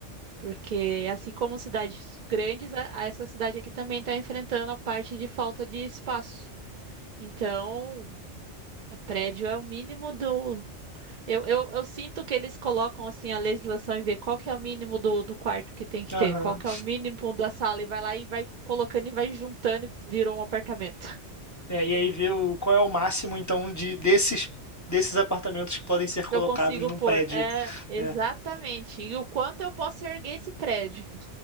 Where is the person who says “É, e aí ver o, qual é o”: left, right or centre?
Left